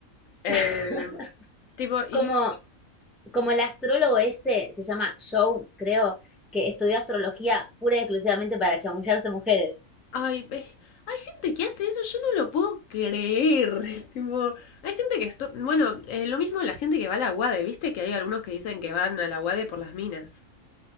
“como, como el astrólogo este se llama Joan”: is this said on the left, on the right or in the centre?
Centre